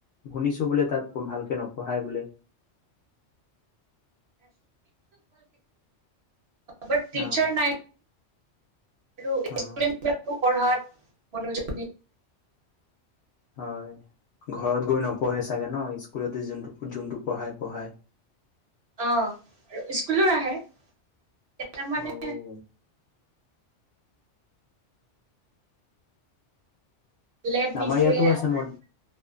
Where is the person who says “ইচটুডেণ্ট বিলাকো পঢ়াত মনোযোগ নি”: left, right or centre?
Right